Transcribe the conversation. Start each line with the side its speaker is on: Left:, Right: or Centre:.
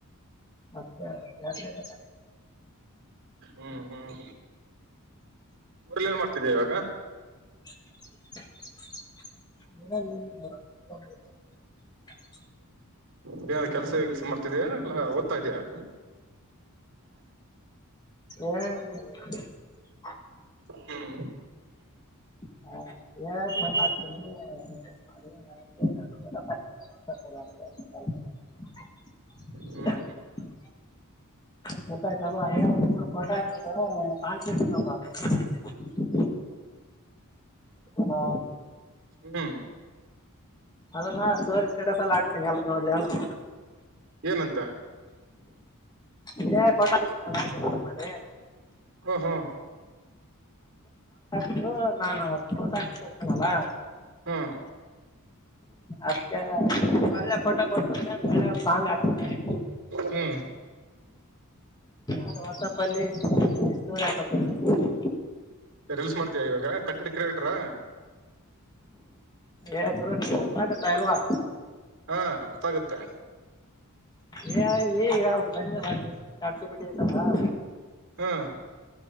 Left: ಅದಕ್ಕೆ ಜಾತ್ರಿ ಆಗುತ್ತಾ
Right: ಹ್ಮ್ ಹ್ಮ್ ಊರಲ್ಲ ಏನ್ ಮಾಡ್ತಿದಿಯ ಇವಾಗ
Left: <inaudible> ಉರಾಗ್ ಎನ್ ಇಲ್ಲಾ ನೋಡ್ <unintelligible>
Right: ಬೇ ಕೆಲ್ಸಾ ಗಿಲ್ಸಾ ಮಾಡ್ತಿಯಾ ಎನ್ ಇಲ್ಲಾ ಓದ್ತಾ ಇದೀಯಾ.
Left: ಏನಿಲ್ಲಾ ಅದರಾಗ
Right: ಹ್ಮ್
Left: <inaudible> <inaudible>
Right: ಹ್ಮ್
Left: ಗೊತ್ತಾಯ್ತಲ್ವಾ <unintelligible> ಹಲೋ
Right: ಹ್ಮ್
Left: ಅದನ್ನ ಸ್ಟೋರಿ ಸ್ಟೇಟಸ್ ಅಲ್ ಹಾಕ್ತೀನಿ ಎಲ್ರೂ ನೋಡ್ಲಿ ಅಂತ್
Right: ಏನಂತಾ
Left: ಇದೇ ಫೋಟೋ ಹಾಕಿರ್ತೀನಿ ಅಲಾ ಕೆಲ್ಸಾ ಮಾಡಿ
Right: ಹ್ಮ ಹ್ಮ್
Left: ಇದು ನಾನು ತೋಟಾ ಹಾಕ್ತೀರ್ತಿನಲ್ಲಾ
Right: ಹ್ಮ್
Left: ಅದಕ್ಕೆ ಒಳ್ಳೇ ಫೋಟೋ ಬುಟ್ <unintelligible> ಒಳ್ಳೆ ಸಾಂಗ ಹಾಕ್ತೀನಿ
Right: ಹ್ಮ್
Left: ಅದು ವಾಟ್ಸಪಲ್ಲಿ ಅಲ್ಲಿ ಸ್ಟೋರಿ ಹಾಕೋತೀನಿ
Right: ರಿಲ್ಸ್ ಮಾಡ್ತೀಯ ಇವಾಗ ಕಂಟೆಟ್ ಕ್ರಿಯೇಟ್ರಾ
Left: ಏ ಗುರು ನಿಂಗ್ ಗೊತ್ತಾಗುತ್ತಾ ಇಲ್ವಾ
Right: ಹಾ ಅರ್ಥ ಆಗತ್ತೆ.
Left: ಎ ಐ ಇ ಈಗಾ ಬಂದಿದೆ ಅಲಾ ಕಾಲ್ಕಿ ಬಿಟ್ಟಿದಾರ.
Right: ಹ್ಮ್